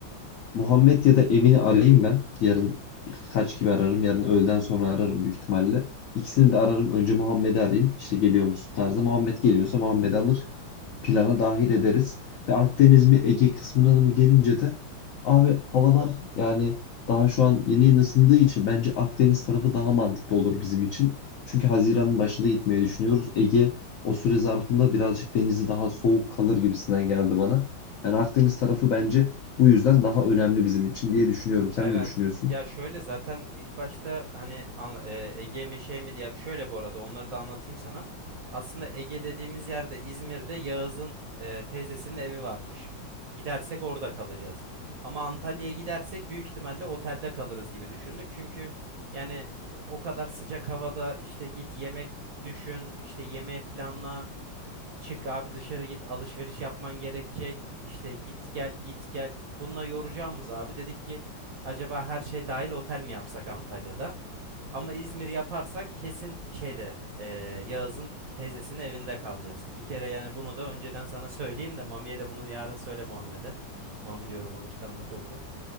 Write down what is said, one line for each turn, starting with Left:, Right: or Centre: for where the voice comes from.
Left: Muhammed ya da Emin'i arayayım ben. Yarın kaç gibi ararım? Yarın öğleden sonra ararım büyük ihtimalle. İkisini de ararım. Önce Muhammed'i arayayım. İşte geliyor musun tarzında. Muhammed geliyorsa Muhammed'i alır plana dahil ederiz. Ve Akdeniz mi Ege kısmına da mı gelince de abi havalar yani daha şu an yeni yeni ısındığı için bence Akdeniz tarafı daha mantıklı olur bizim için. Çünkü Haziran'ın başında gitmeyi düşünüyoruz. Ege o süre zarfında birazcık denizi daha soğuk kalır gibisinden geldi bana. Yani Akdeniz tarafı bence bu yüzden daha önemli bizim için diye düşünüyorum. Sen
Right: Evet.
Left: ne düşünüyorsun?
Right: Ya şöyle zaten ilk başta hani an- e, Ege mi şey mi diye şöyle bu arada onları da anlatayım sana. Aslında Ege dediğimiz yerde İzmir'de Yağız'ın e, teyzesinin evi varmış. Gidersek orada kalacağız. Ama Antalya'ya gidersek büyük ihtimalle otelde kalırız gibi düşündük. Çünkü yani e, o kadar sıcak havada işte git yemek düşün, işte yemeği planla. Çık abi dışarı git alışveriş yapman gerekecek işte git gel git gel bununla yoracağımız abi dedik ki acaba her şey dahil otel mi yapsak Antalya'da ama İzmir yaparsak kesin şeyde eee, Yağız'ın teyzesinin evinde kalacağız bir kere yani bunu da önceden sana <laughs> söyleyeyim de Mami'ye de bunu yarın söyle Muhammed'e Mami diyorum alışkanlık oldu